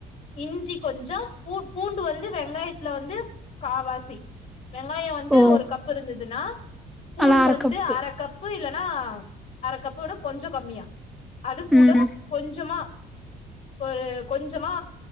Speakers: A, on the left; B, in the centre.
A: இஞ்சி கொஞ்சொ பூ பூண்டு வந்து வெங்காயத்துல வந்து காவாசி வெங்காயோ வந்து
B: ஓ
A: ஒரு கப் இருந்ததுன்னா பூண்டு
B: அதுல அர
A: வந்து
B: கப்பு
A: அர கப் பு இல்லன்னா அர கப்பு விட கொஞ்சோ கம்மியா அது கூட
B: ம்
A: கொஞ்சமா ஒரு கொஞ்சமா